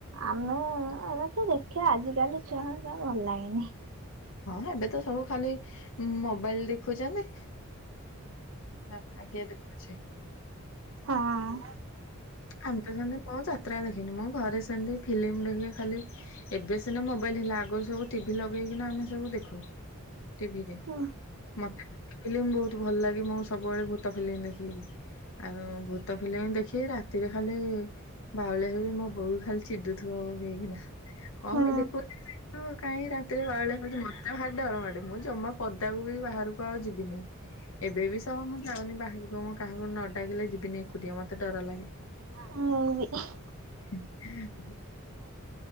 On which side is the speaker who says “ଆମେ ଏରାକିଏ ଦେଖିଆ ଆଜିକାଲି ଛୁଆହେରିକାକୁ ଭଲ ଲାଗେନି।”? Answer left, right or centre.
Right